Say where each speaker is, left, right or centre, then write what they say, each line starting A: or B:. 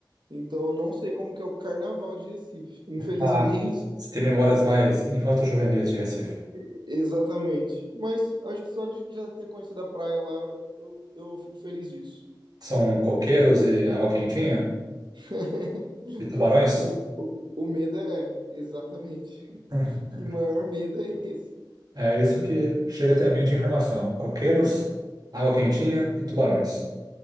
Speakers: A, on the right (about 70°); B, on the right (about 55°).
A: Então eu não sei como que é o carnaval de Recife, infelizmente.
B: Ah, você tem memórias mais infanto-juvenis de Recife?
A: <laughs> Exatamente. Mas acho que só de já ter conhecido a praia lá, eu, eu fico feliz disso.
B: São coqueiros e água quentinha?
A: <laughs>
B: E tubarões?
A: o, o, o medo é, é, exatamente.
B: <laughs>
A: O maior medo é esse,
B: É isso que chega até mim de informação. Coqueiros, água quentinha e tubarões.